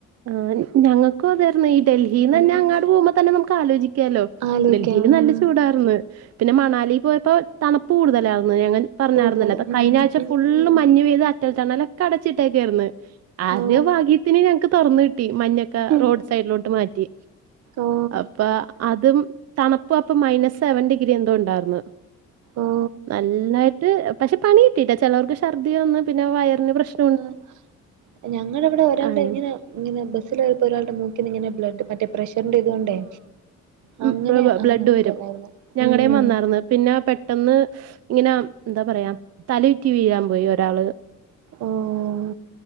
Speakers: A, on the right; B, on the right.
A: ആഹ് ഞങ്ങക്കും അതായിരുന്ന്. ഈ ഡൽഹീന്നന്നെ
B: ഉം
A: അങ്ങാട് പോകുമ്പ തന്നെ നമുക്ക് ആലോചി ക്ക്യാലോ.
B: ആലോയിക്കാം
A: ഡൽഹീല് നല്ല
B: ഉം
A: ചൂടാർന്ന്. പിന്നെ മണാലി പോയപ്പോ തണ്പ്പ് കൂടുതലാര്ന്ന്. ഞങ്ങൻ പറഞ്ഞായിരുന്നല്ല.
B: കൂടുതൽ
A: അപ്പ
B: ഉം
A: കഴിഞ്ഞാഴ്ച്ച
B: ഉം
A: ഫുള്ള്
B: ഉം
A: മഞ്ഞ് പെയ്ത ട്ടൽ ടണലൊക്കെ അടച്ചിട്ടേക്കാര്ന്ന് ആരുടെയോ
B: ഓ
A: ഭാഗ്യത്തിന് ഞങ്ങക്ക് തൊറന്ന് കിട്ടി. മഞ്ഞൊ ക്ക
B: ഉം
A: റോഡ് സൈഡിലോട്ട് മാറ്റി.
B: ഓ
A: അപ്പ അതും തണുപ്പ് അപ്പം മൈനസ് സെവൻ ഡിഗ്രി എന്തോ ഉണ്ടായിർന്ന്.
B: ഓ
A: നല്ലായിട്ട് പക്ഷെ പണികിട്ടിട്ട ചിലർക്ക് ഷർദി വന്ന് പിന്നെ വയറിന് പ്രശ്
B: ആഹ്. ഞങ്ങടവിടെ ഒരാൾടെ
A: അങ്ങനെ
B: ഇങ്ങിന ഇങ്ങനെ ബസില് പൊയപ്പോ ഒരാളുടെ മൂക്കിന്ന് ഇങ്ങനെ ബ്ലഡ് മറ്റേ പ്രഷറിന്റെ ഇതുകൊണ്ടേ
A: ഉം
B: അങ്ങനെ
A: ബ ബ
B: അങ്ങനെയൊക്കെ
A: ബ്ലഡ് വരും.
B: ഇതായിരുന്നു
A: ഞങ്ങടെം
B: ഉം
A: വന്നാർന്ന് പിന്ന പെ ട്ടെന്ന് ഇങ്ങനെ എന്താ പറയാ തലയുറ്റി വീഴാൻ പോയി ഒരാള്
B: ഓഹ്.